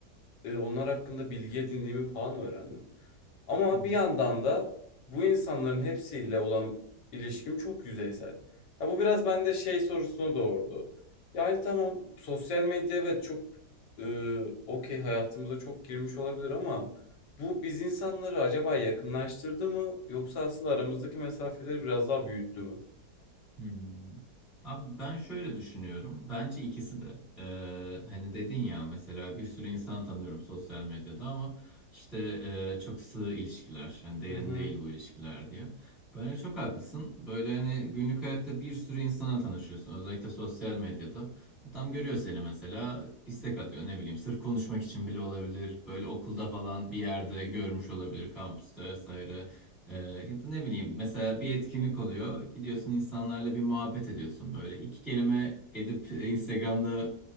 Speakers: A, on the left; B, in the centre.
A: e, onlar hakkında bilgi edindiğimi falan öğrendim. Ama
B: Hı hı.
A: bir yandan da bu insanların hepsiyle olan ilişkim çok yüzeysel. Ya bu biraz bende şey sorusunu doğurdu. Yani tamam sosyal medya evet çok e, okey hayatımıza çok girmiş olabilir ama bu biz insanları acaba yakınlaştırdı mı yoksa aslında aramızdaki mesafeleri biraz daha büyüttü mü?
B: Hmm. Abi ben şöyle düşünüyorum. Bence ikisi de. Ee, hani dedin ya mesela bir sürü insan tanıyorum sosyal medyada ama işte e, çok sığ ilişkiler. Hani derin
A: Hı hı.
B: değil bu ilişkiler diye. Bence çok haklısın. Böyle hani günlük hayatta bir sürü insana tanışıyorsun. Özellikle sosyal medyada. Adam görüyor seni mesela istek atıyor ne bileyim. Sırf konuşmak için bile olabilir. Böyle okulda falan bir yerde görmüş olabilir. Kampüste vesaire. Ee, ya da ne bileyim mesela bir etkinlik oluyor. Gidiyorsun insanlarla bir muhabbet ediyorsun böyle. iki kelime edip e, Instagram'da